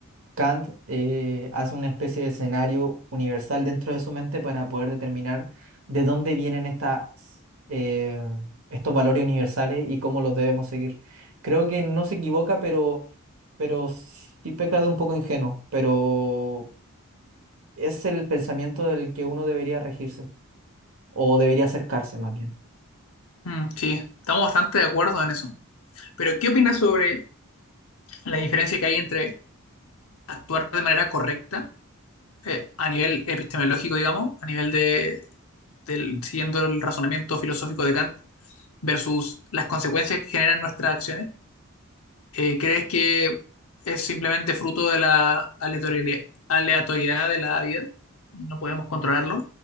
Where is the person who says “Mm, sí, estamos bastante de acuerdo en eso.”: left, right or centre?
Left